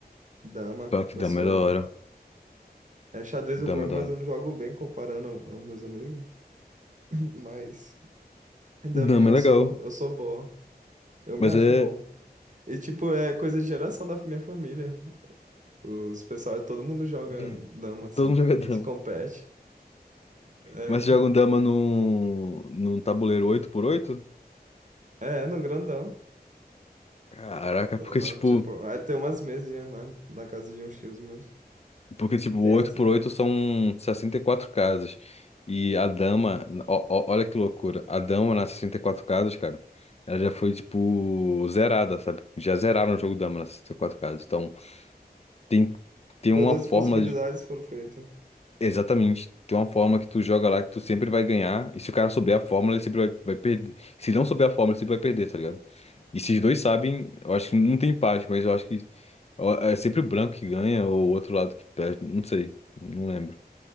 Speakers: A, on the right (about 50°); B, on the left (about 40°).
A: Dama,
B: Pá, que
A: eu
B: dama
A: sou.
B: é da hora.
A: É, xadrez
B: Dama
A: eu jogo,
B: é da
A: mas
B: hora.
A: eu não jogo bem comparando ao- aos meus amigos. <laughs> Mas daminha
B: Dama
A: eu
B: é legal,
A: sou, eu sou bom. Eu
B: mas
A: me acho
B: é.
A: bom. E tipo, é coisa de geração da minha família. Os pessoal, todo mundo joga
B: é,
A: dama assim
B: Todo mundo joga
A: e
B: dama.
A: se compete. É,
B: Mas você joga um dama num, num tabuleiro oito por oito,
A: é, no grandão.
B: Caraca,
A: sabe?
B: porque tipo,
A: Tipo, aí tem umas mesinhas, né? Na casa de uns tios meus.
B: porque tipo,
A: Que tem
B: o oito
A: as.
B: x 8 são 64 casas. E a dama, ó- ó- olha que loucura. A dama nas 64 casas, cara, ela já foi tipo zerada, sabe? Já zeraram o jogo dama nas 64 casas. Então, tem tem
A: Todas
B: uma forma
A: as possibilidades foram feitas.
B: Exatamente. Tem uma fórmula que tu joga lá que tu sempre vai ganhar. E se o cara souber a fórmula, ele sempre vai, vai perder. Se ele não souber a fórmula, ele sempre vai perder, tá ligado? E se os dois sabem, eu acho que não tem empate, mas eu acho que ó, é sempre o branco que ganha ou o outro lado que perde. Não sei. Não lembro.